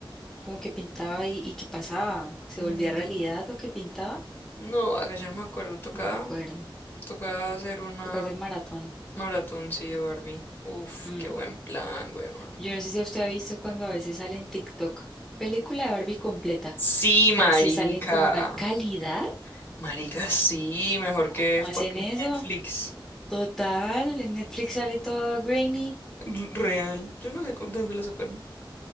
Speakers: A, in the centre; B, on the left (about 25°).
A: como que pintaba y, y qué pasaba, se
B: mm,
A: volvía realidad lo que pintaba,
B: no, haga, yo no me acuerdo. Toca,
A: no me acuerdo,
B: toca hacer una
A: toca hacer maratón.
B: maratón, sí, de Barbie. Uf,
A: mm.
B: qué buen plan, weón.
A: Yo no sé si usted ha visto cuando a veces sale en TikTok, película de Barbie completa.
B: Sí, marica.
A: Parce, salen con una calidad.
B: Marica, sí. Mejor
A: ¿Cómo
B: que
A: hacen
B: fucking
A: eso?
B: Netflix.
A: Total, en Netflix sale todo grainy.
B: R- Real. Yo no sé con- dónde lo sacaron.